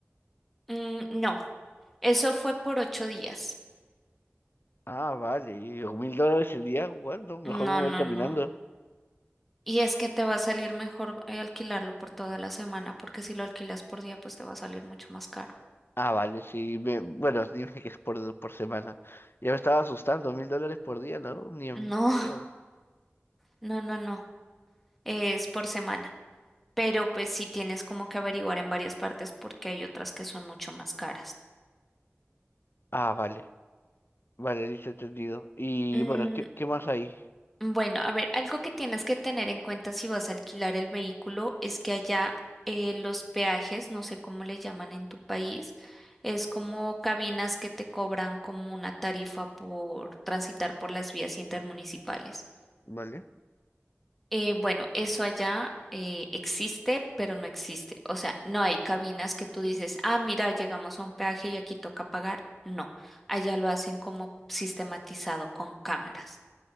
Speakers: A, in the centre; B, on the left.
A: Mm, no, eso fue por ocho días.
B: Ah, vale. Y yo, ¿Mil dólares el día? Bueno, no, mejor
A: No,
B: me voy
A: no,
B: caminando.
A: no. Y es que te va a salir mejor eh, alquilarlo por toda la semana, porque si lo alquilas por día, pues te va a salir mucho más caro.
B: Ah, vale, sí. me- bueno, <laughs> dime que es por, por semana. Ya me estaba asustando, mil dólares por día, ¿no? Ni en
A: <laughs> No,
B: pedo.
A: no, no, no. Es por semana. Pero pues sí tienes como que averiguar en varias partes porque hay otras que son mucho más caras.
B: Ah, vale. Vale, listo, entendido. Y
A: Mm,
B: bueno, ¿qué, qué más hay?
A: Bueno, a ver, algo que tienes que tener en cuenta si vas a alquilar el vehículo es que allá eh, los peajes, no sé cómo le llaman en tu país, es como cabinas que te cobran como una tarifa por transitar por las vías intermunicipales.
B: Vale.
A: Eh, bueno, eso allá eh, existe, pero no existe. O sea, no hay cabinas que tú dices, ah, mira, llegamos a un peaje y aquí toca pagar. No, allá lo hacen como sistematizado con cámaras.